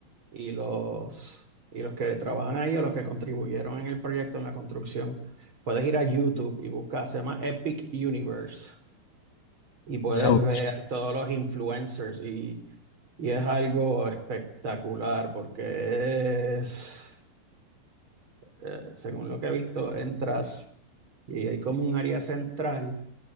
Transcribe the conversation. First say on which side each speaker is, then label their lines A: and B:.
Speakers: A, on the right (about 35°); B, on the left (about 65°).
A: y los, y los que trabajan ahí o los que contribuyeron en el proyecto, en la construcción, puedes ir a YouTube y buscar, se llama Epic Universe y puedes
B: Voy a ver,
A: ver todos los influencers y, y es algo espectacular porque es, eh, según lo que he visto, entras y hay como un área central